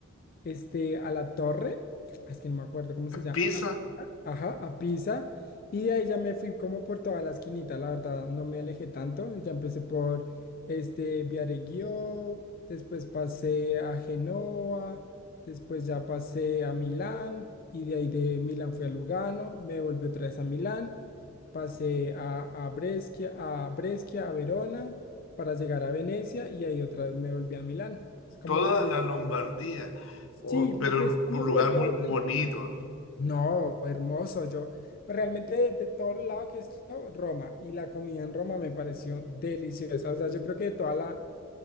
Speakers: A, on the left; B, on the left.
A: este, a la torre, ah, es que no me acuerdo cómo se llama,
B: Pisa,
A: a la- ajá, a Pisa, y de ahí ya me fui como por toda la esquinita, la verdad, no me alejé tanto, y ya empecé por, este, Viareggio, después pasé a Genoa, después ya pasé a Milán, y de ahí de Milán fui a Lugano, me volví otra vez a Milán, pasé a, a Brescia, a Brescia, a Verona, para llegar a Venecia, y ahí otra vez me volví a Milán. Es como
B: toda la Lombardía. Oh,
A: Sí,
B: pero
A: me fui como
B: un lugar
A: por todo
B: muy bonito.
A: el... No, hermoso, yo. Pero realmente de, de todo el lado que estuvo, Roma. Y la comida en Roma me pareció deliciosa. O sea, yo creo que toda la...